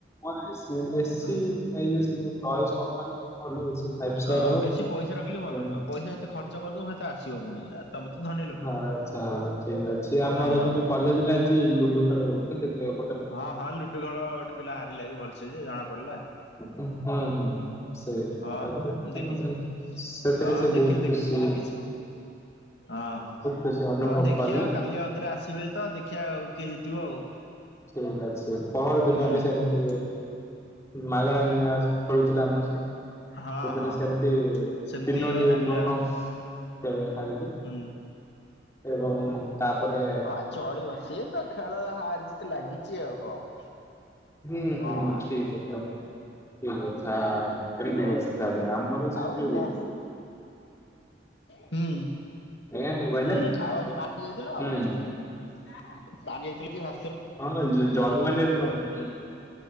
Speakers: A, on the left; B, on the left.
A: କ ଏସି ଏସି
B: ହୁଁ
A: ଏଇନେ ସିଏ ଯୋଉ ନଏଜ୍ କମ୍ପାନୀ ଭଲ ଏସି ଫାଇଭ୍ ଷ୍ଟାର
B: ହଁ ବେଶୀ ପଇସା ରଖିଲେ ଭଲ
A: ର
B: ନୁହଁ ପଇସା ଯେତେ ଖର୍ଚ୍ଚ କରିଦବୁ ସେତେ ଆସିବ ପୁଣି ଆ ତମେ ତ ଧନୀ ଲୋକ।
A: ହଁ ଆଛା ହଉ ଠିକ ଅଛି ଆମର
B: ହଁ
A: ସେ ଯୋଉ କଲେଜରେ ଆଜି ଲୁଡୁ ଖେଳ ହଉଥିଲା ସେଇଥିରେ
B: ହଁ ହଁ ଲୁଡୁ ଖେଳ ଗୋଟେ ପିଲା ହାରିଲା ଯେ ଭଲସେ ଯେ ଜଣା ପଡିଲା।
A: <unintelligible> ସେଇରା
B: ହଁ ହଁ
A: <unintelligible>
B: ମୁଁ ଦେଖିଛି।
A: ସେଥିରେ
B: ହଁ
A: ସେ
B: ଦେଖିଛି
A: ବହୁତ
B: ଦେଖିଛି
A: ଖୁସି
B: ମୁଁ ଦେଖିଛି
A: ହୁଏ।
B: ହଁ
A: ଖୁସି ଅନୁଭବ
B: ହଉ ଦେଖିବା
A: କଲେ।
B: ଆଉ କାଲି ଆଉ ଥରେ ଆସିବେ ତ ଦେଖିଆ ଆଉ କିଏ ଜିତବ ଆଉ।
A: ଠିକ ଅଛି ପହର ଦିନ
B: ହୁଁ ହୁଁ
A: ବି ସେମିତି ମାଗଣା ନିଆସ ଖେଳୁଥିଲା ଆମ ସହ
B: ହଁ
A: ସେଥିରେ
B: ହଁ
A: ସେମିତି
B: ହଁ। ସେମିତି
A: ତିନୋଟି
B: ହାରିଲା
A: ଡୋନକ୍ସ ଖେଳରେ ହାରିଲେ
B: ହୁଁ
A: ଏବଂ ତାପରେ
B: ଅ ଚଳିବ ସିଏ ତ ଖେଳ ହାର ଜିତ୍‌ ଲାଗିଚି ଆଉ କଣ।
A: ହୁଁ
B: ହଁ।
A: ହୁଁ ଠିକ୍ କଥା। ଠିକ କଥା ଏମିତି
B: ହଁ
A: କଥା ତାହେଲେ ଆମର ଯେବେ
B: ଆଉ କଣ
A: ବି
B: ହୁଁ
A: ଆଜ୍ଞା କଣ କହିଲେ
B: ହୁଁ ଆଉ ଆଜି ଭାଟି ଯାଇଥିଲ?
A: ହୁଁ
B: ବାହାରି ଯାଇଥିଲି ଯେ ଭା
A: ହଁ ହଁ ଜ ଜର୍ମାନୀ ରୁ ନ